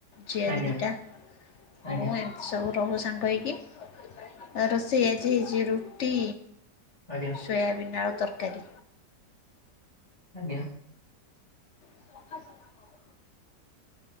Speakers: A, on the left; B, on the left.
A: ଝିଆରୀ
B: ଆଜ୍ଞା
A: ଦିଇଟା ମୁଁ
B: ଆଜ୍ଞା
A: ଏ ସବୁ ରହୁ ସାଙ୍ଗ ହେଇକି ଆ ରୋଷେଇ ଆଜି ହେଇଛି ରୁଟି
B: ଆଜ୍ଞା।
A: ସୋୟାବିନ୍ ଆଳୁ ତରକାରୀ।
B: ଆଜ୍ଞା।
A: <unintelligible>